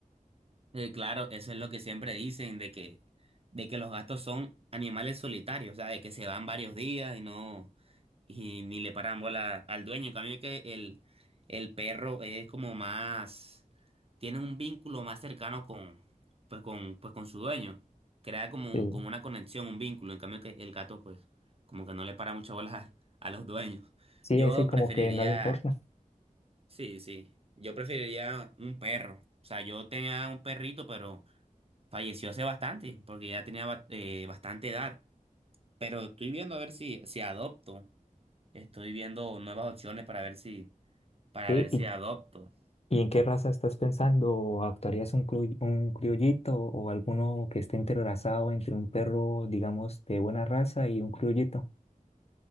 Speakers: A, on the right; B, on the left.
A: Eh, claro, eso es lo que siempre dicen, de que, de que los gatos son animales solitarios, o sea, de que se van varios días y no, y ni le paran bola al dueño. En cambio que el, el perro es como más, tiene un vínculo más cercano con, pues con, pues con su dueño. Crea como,
B: Sí,
A: como una conexión, un vínculo. En cambio que el gato, pues, como que no le para mucho bolas <laughs> a, a los dueños.
B: sí,
A: Yo
B: ese como
A: preferiría,
B: que no le importa.
A: sí, sí, yo preferiría un perro. O sea, yo tenía un perrito, pero Falleció hace bastante, porque ya tenía ba- eh, bastante edad. Pero estoy viendo a ver si, si adopto. Estoy viendo nuevas opciones para ver si, para
B: Sí,
A: ver
B: ¿y,
A: si adopto.
B: y en qué raza estás pensando? ¿Actuarías un, cru- un criollito o alguno que esté entrelazado entre un perro, digamos, de buena raza y un criollito?